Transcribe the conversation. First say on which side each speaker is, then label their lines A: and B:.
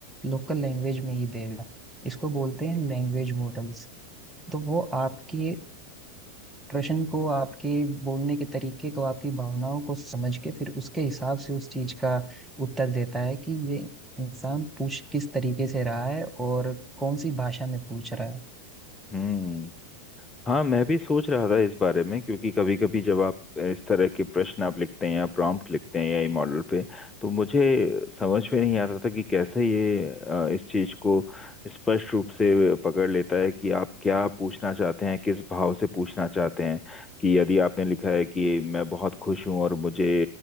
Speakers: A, in the centre; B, on the left.
A: लोकल लैंग्वेज में ही देगा इसको बोलते हैं लैंग्वेज मॉडल्स तो वो आपके प्रश्न को आपके बोलने के तरीके को आपकी भावनाओं को समझ के फिर उसके हिसाब से उस चीज का उत्तर देता है कि ये इंसान पूछ किस तरीके से रहा है और कौन सी भाषा में पूछ रहा है
B: हम्म हाँ मैं भी सोच रहा था इस बारे में क्योंकि कभी कभी जब आप इस तरह के प्रश्न आप लिखते हैं या प्रॉम्प्ट लिखते हैं एआई मॉडल पे तो मुझे समझ में नहीं आता था कि कैसे ये अ, इस चीज को स्पष्ट रूप से पकड़ लेता है कि आप क्या पूछना चाहते हैं किस भाव से पूछना चाहते हैं कि यदि आपने लिखा है कि मैं बहुत खुश हूँ और मुझे